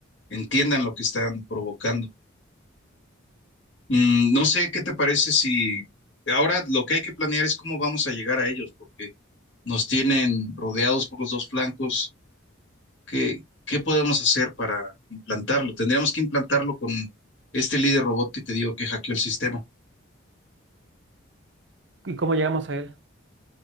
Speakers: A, on the left; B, on the right.
A: entiendan lo que están provocando. Mm, no sé qué te parece si ahora lo que hay que planear es cómo vamos a llegar a ellos, porque nos tienen rodeados por los dos flancos. ¿Qué, qué podemos hacer para implantarlo? Tendríamos que implantarlo con este líder robot que te digo que hackeó el sistema.
B: ¿Y cómo llegamos a él?